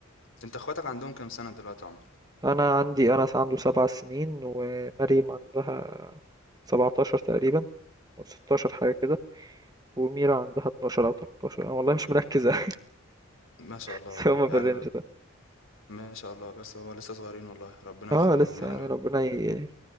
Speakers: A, on the left (about 65°); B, on the right (about 20°).
A: انت اخواتك عندهم كام سنه دلوقتي يا عمر
B: انا عندي انس عنده سبع سنين ومريم عندها 17 تقريبا او 16 حاجه كده وميرا عندها 12 او 13 انا والله مش مركز <laughs>
A: ما شاء الله
B: بس
A: والله
B: هما
A: يعني
B: في الرينج ده
A: ما شاء الله بس هو لسه صغيرين والله ربنا
B: اه
A: يخليهم
B: لسه
A: يعني
B: يعني ربنا ي-